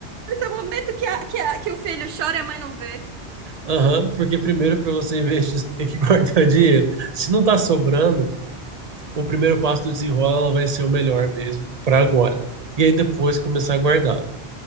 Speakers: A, on the right; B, on the right.
A: Esse é o momento que, a- que, a- que o filho chora e a mãe não vê.
B: Aham, porque primeiro para você investir, <laughs> você tem que <laughs> guardar dinheiro. Se não tá sobrando, o primeiro passo do desenrola vai ser o melhor mesmo para agora. E aí depois começar a guardar,